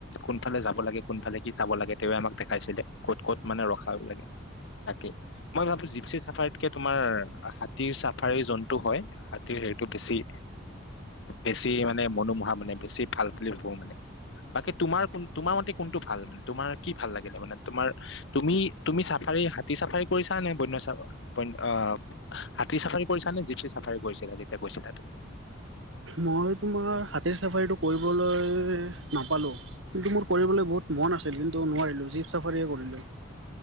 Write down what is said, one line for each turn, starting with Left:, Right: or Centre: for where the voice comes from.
Left: কোনফালে যাব লাগে, কোনফালে কি চাব লাগে তেওঁৱে আমাক দেখাইছিলে। ক'ত ক'ত মানে ৰখাব লাগে তাকে মই ভাবো জিপছি ছাফাৰীতকে তোমাৰ হাতীৰ ছাফাৰী জন্তু হয়। হাতীৰ হেৰিটো বেছি বেছি মানে মনোমোহা মানে বেছি ভাল বুলি ভাবো মানে। বাকী তোমাৰ কোন তোমাৰ মতে কোনটো ভাল মানে তোমাৰ কি ভাল লাগিলে মানে? তোমাৰ তুমি তুমি চাফাৰী হাতী চাফাৰী কৰিছা নে? বন্য চাফ বন্য আ হাতীৰ ছাফাৰী কৰিছা নে জিপছি ছাফাৰী কৰিছিলা যেতিয়া গৈছিলা তুমি?
Right: মই তোমাৰ হাতীৰ ছাফাৰীটো কৰিবলৈ নাপালোঁ। কিন্তু মোৰ কৰিবলৈ বহুত মন আছিল কিন্তু নোৱাৰিলো জীপ ছাফাৰীয়ে কৰিলো।